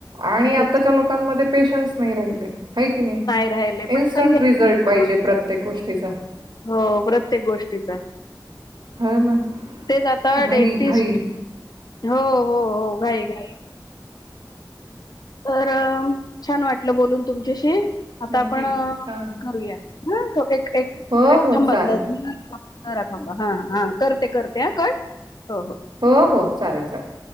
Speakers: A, on the right; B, on the left.
A: आणि आताच्या
B: तेच
A: लोकांमध्ये पेशन्स नाही राहिले. आहे की नाही
B: राहिले
A: इन्स्टंट
B: पटकन घ्यायचं
A: रिझल्ट पाहिजे प्रत्येक गोष्टीचा.
B: हो प्रत्येक गोष्टीचा
A: हो ना.
B: तेच आता
A: घाई,
B: डेंटिस्ट,
A: घाई.
B: हो हो हो घाई घाई तर छान वाटलं बोलून तुमच्याशी. आता
A: नक्की.
B: आपण
A: छान.
B: करूया हं तो. एक एक
A: हो, हो.
B: थांबा
A: चालेल.
B: <unintelligible> करा थांबा हा हां करते करते हं कट, हो हो
A: हो हो चालेल चालेल.